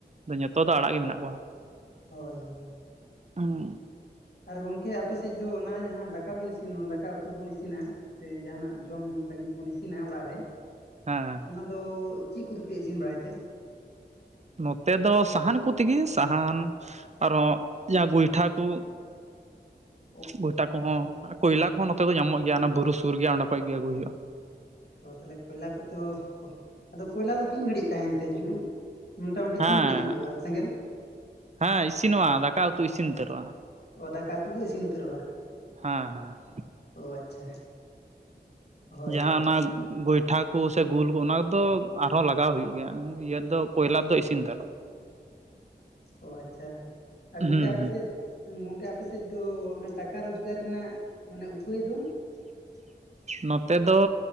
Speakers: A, on the right (about 40°); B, on the left (about 70°).
A: ᱧᱚᱛᱚ ᱫᱚ ᱟᱲᱟᱜ ᱜᱮ ᱢᱮᱱᱟᱜ ᱠᱚᱣᱟ᱾
B: ᱦᱳᱭ ᱦᱳᱭ᱾
A: ᱩᱸ᱾
B: ᱟᱨ ᱜᱚᱝᱠᱮ ᱟᱯᱮ ᱥᱮᱡ ᱫᱚ ᱚᱱᱟ ᱡᱟᱦᱟᱸ ᱫᱟᱠᱟ ᱵᱚᱱ ᱤᱥᱤᱱ ᱩᱱ ᱫᱟᱠᱟ ᱩᱛᱩ ᱵᱚᱱ ᱤᱥᱤᱱᱟ᱾ ᱥᱮ ᱡᱟᱦᱟᱱᱟᱜ ᱡᱚᱢ ᱞᱟᱹᱜᱤᱫ ᱵᱚᱱ ᱤᱥᱤᱱᱟ ᱚᱲᱟᱜ ᱨᱮ᱾
A: ᱦᱮᱸ ᱦᱮᱸ᱾
B: ᱚᱱᱟ ᱫᱚ ᱪᱤᱜ ᱠᱚᱛᱮᱯᱮ ᱤᱥᱤᱱ ᱵᱟᱲᱟᱭ ᱛᱮ?
A: ᱱᱚᱛᱮ ᱫᱚ ᱥᱟᱦᱟᱱ ᱠᱩᱛᱤᱜᱤ᱾ ᱥᱟᱦᱟᱱ ᱟᱨᱦᱚᱸ ᱡᱟᱦᱟᱸ ᱜᱚᱭᱴᱷᱟ ᱠᱚ᱾
B: <inaudible>
A: ᱜᱚᱭᱴᱟ ᱠᱚᱦᱚᱸ, ᱠᱚᱭᱞᱟ ᱠᱚᱦᱚᱸ ᱱᱚᱛᱮ ᱫᱚ ᱧᱟᱢᱚᱜ ᱜᱮᱭᱟ ᱚᱱᱟ ᱵᱩᱨᱩ ᱥᱩᱨ ᱜᱮᱭᱟ ᱚᱸᱰᱮ ᱠᱷᱚᱡ ᱜᱮ ᱟᱹᱜᱩᱭ ᱦᱩᱭᱩᱜᱼᱟ ᱾
B: ᱚ ᱛᱟᱦᱞᱮ ᱠᱚᱭᱞᱟ ᱠᱚᱛᱚ ᱟᱫᱚ ᱠᱚᱭᱞᱟ ᱫᱚ ᱛᱤᱱ ᱜᱷᱟᱹᱲᱤᱡ ᱛᱟᱦᱮᱱ ᱛᱮ ᱡᱩᱞᱩᱜ᱾ ᱢᱚᱴᱟᱢᱩᱴᱤ
A: ᱦᱮᱸ
B: ᱛᱤᱱ ᱜᱷᱟᱹᱲᱤᱡ ᱡᱩᱞᱩᱜᱼᱟ ᱥᱮᱸᱜᱮᱞ?
A: ᱦᱮᱸ ᱤᱥᱤᱱᱚᱜᱼᱟ, ᱫᱟᱠᱟ ᱩᱛᱩ ᱤᱥᱤᱱ ᱩᱛᱟᱹᱨᱚᱜᱼᱟ᱾
B: ᱚ ᱫᱟᱠᱟ ᱩᱛᱩ ᱫᱚ ᱤᱥᱤᱱ ᱩᱛᱟᱹᱨᱚᱜᱼᱟ᱾
A: ᱦᱮᱸ ᱦᱮᱸ᱾
B: ᱚ ᱟᱪᱪᱷᱟ᱾ ᱦᱳᱭ
A: ᱡᱟᱦᱟᱸ
B: ᱛᱚ
A: ᱚᱱᱟ ᱜᱚᱭᱴᱷᱟ ᱠᱚ ᱥᱮ ᱜᱳᱞ ᱠᱚ ᱚᱱᱟ ᱠᱚᱫᱚ ᱟᱨᱦᱚᱸ ᱞᱟᱜᱟᱣ ᱦᱩᱭᱩᱜ ᱜᱮᱭᱟ᱾ ᱤᱭᱟᱹ ᱫᱚ ᱠᱚᱭᱞᱟ ᱫᱚ ᱤᱥᱤᱱ ᱩᱛᱟᱹᱨᱚ-ᱟ᱾
B: ᱚ ᱟᱪᱪᱷᱟ ᱟᱨ ᱜᱚᱝᱠᱮ
A: ᱦᱩᱸ
B: ᱟᱯᱮ
A: ᱦᱩᱸ
B: ᱥᱮᱡ ᱜᱚᱝᱠᱮ ᱟᱯᱮ ᱥᱮᱡ ᱫᱚ ᱚᱱᱟ ᱴᱟᱠᱟ ᱨᱳᱡᱽᱜᱟᱨ ᱨᱮᱱᱟᱜ ᱢᱟᱱᱮ ᱩᱯᱟᱹᱭ ᱫᱚ
A: ᱱᱚᱛᱮ ᱫᱚ